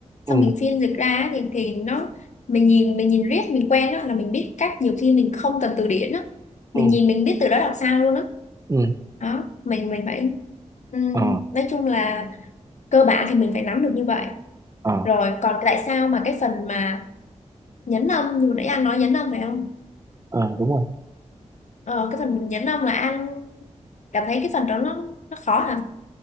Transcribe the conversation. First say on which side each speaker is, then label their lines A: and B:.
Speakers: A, on the left (about 70°); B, on the right (about 25°).
A: xong
B: ừ
A: mình phiên dịch ra á, thì thì nó mình nhìn mình nhìn riết mình quen á là mình biết cách nhiều khi mình không cần từ điển á mình
B: ừ
A: nhìn mình biết từ đó đọc sao luôn á
B: ừ
A: đó mình mình phải ừm,
B: ờ
A: nói chung là cơ bản thì mình phải nắm được như vậy
B: ờ
A: rồi còn tại sao mà cái phần mà nhấn âm như nãy anh nói nhấn âm phải không
B: ờ đúng rồi
A: ờ, cái phần nhấn âm là anh cảm thấy cái phần đó nó nó khó hả